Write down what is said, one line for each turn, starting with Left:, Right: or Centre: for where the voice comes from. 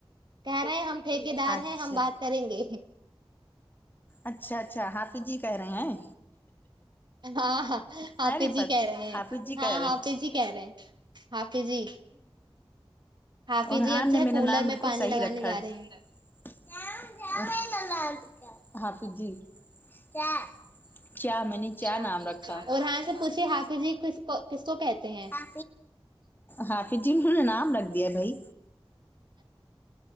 Right: کہہ رہے ہیں ہم ٹھیکے دار
Left: اچھا
Right: ہیں ہم بات کریں گے
Left: اچھا اچھا حافظ جی کہہ رہے ہیں
Right: ہاں ہاں حاپی
Left: ہے رفت
Right: جی کہہ رہے ہیں
Left: حافظ جی
Right: ہاں
Left: کہہ رہے
Right: ہاپی جی کہہ رہے ہیں ہاپی جی حافظ
Left: اور
Right: جی
Left: حان
Right: اب جو
Left: نے
Right: ہے
Left: میرا
Right: کولر
Left: نام بالکل
Right: میں پانی
Left: صحیی
Right: لگانے
Left: رکھا
Right: جا
Left: ہے
Right: رہے ہیں
Left: <unintelligible> کیا میں نے کیا
Right: اور
Left: نام رکھا حافظین
Right: ہاں اس سے پوچھی حافظ جی کس کو کس کو کہتے ہیں
Left: <unintelligible> حافظ جی نام رکھ دیا بھائی